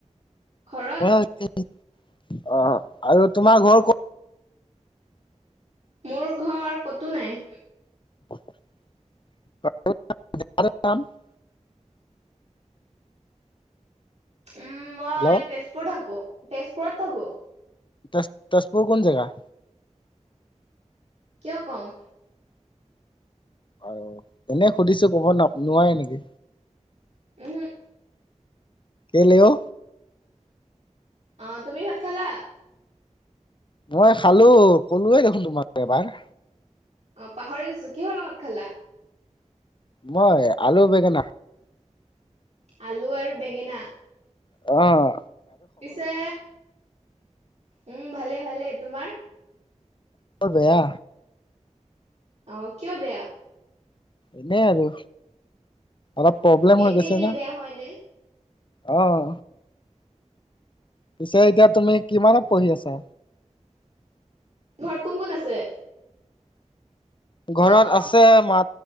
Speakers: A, on the right; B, on the left.
A: ঘৰত
B: <unintelligible> অ আৰু তোমাৰ ঘৰ ক
A: মোৰ ঘৰ ক'তো নাই।
B: <unintelligible>
A: উম মই
B: হেল্ল'
A: তেজপুৰ থাকো, তেজপুৰত থাকো।
B: ত তেজপুৰ কোন জেগা?
A: কিয় ক'ম?
B: অ এনে সুধিছো ক'ব নাপ নোৱাৰে নেকি?
A: উম হো।
B: কেলে' অ?
A: অ তুমি ভাত খালা?
B: মই খালো ক'লোৱে দেখোন তোমাক এবাৰ।
A: অ পাহৰি গৈছো, কিহৰ লগত খালা?
B: মই আলু বেঙেনা।
A: আলু আৰু বেঙেনা?
B: অঁ।
A: পিছে উম ভালে ভালে, তোমাৰ?
B: মোৰ বেয়া।
A: অ কিয় বেয়া?
B: এনেই আৰু অলপ প্ৰব্লেম
A: এনে
B: হৈ গৈছে
A: এনে
B: না।
A: বেয়া হয়নে
B: অহ। পিছে এতিয়া তুমি কিমানত পঢ়ি আছা?
A: ঘৰত কোন কোন আছে?
B: ঘৰত
A: অ অ
B: আছে মা